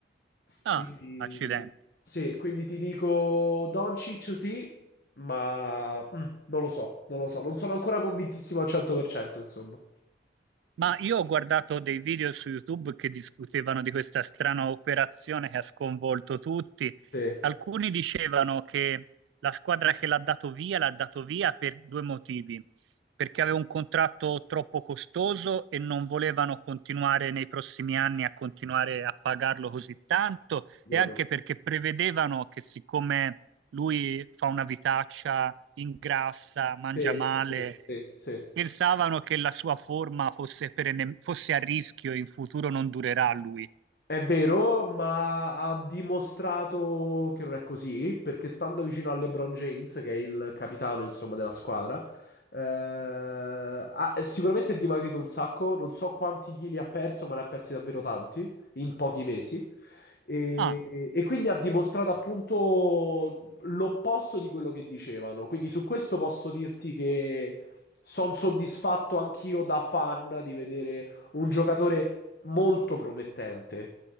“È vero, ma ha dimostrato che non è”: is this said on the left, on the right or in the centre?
Left